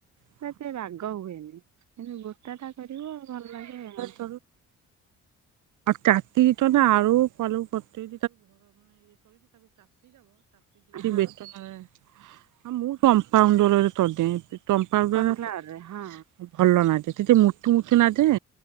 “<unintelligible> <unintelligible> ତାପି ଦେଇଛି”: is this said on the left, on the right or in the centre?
Right